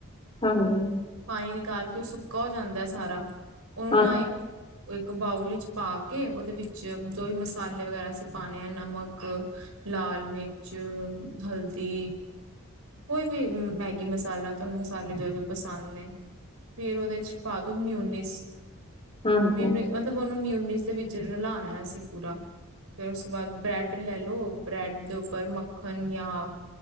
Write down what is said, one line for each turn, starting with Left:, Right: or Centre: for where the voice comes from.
Left: ਹਾਂਜੀ
Right: ਪਾਣੀ ਨਿਕਾਲਕੇ <unintelligible> ਕੳ ਜਾਂਦਾ ਏ ਸਾਰਾ। ਉਨੁੰ
Left: ਹਾਂ
Right: ਨਾ ਇੱਕ ਇੱਕ ਬਾਊਲ ਵਿੱਚ ਪਾ ਕੇ, ਉਹਦੇ ਵਿੱਚ ਜੋ ਵੀ ਮਸਾਲੇ ਵਗੈਰਾ ਅਸੀਂ ਪਾਣੇ ਹੈ- ਨਮਕ, ਲਾਲ, ਮਿਰਚ, ਹਲਦੀ ਕੋਈ ਵੀ ਮੈਗੀ ਮਸਾਲਾ ਤੁਹਾਨੂੰ ਮਸਾਲੇ ਜੋ-ਜੋ ਪਸੰਦ ਨੇ, ਫਿਰ ਉਹਦੇ ਚ ਪਾਦੋ ਮਿਊਨਿਸ।
Left: ਹਾਂਜੀ
Right: ਮਿਊਨਿਸ,
Left: ਹਾਂ
Right: ਮਤਲਬ ਉਹਨੂੰ ਮਿਊਨਿਸ ਦੇ ਵਿੱਚ ਰਲਾਣਾ ਅਸੀਂ ਪੂਰਾ। ਫਿਰ ਉਸ ਤੋਂ ਬਾਅਦ ਬ੍ਰੈਡ ਲੈ ਲਓ ਬ੍ਰੈਡ ਦੇ ਉੱਪਰ ਮੱਖਣ ਯਾਂ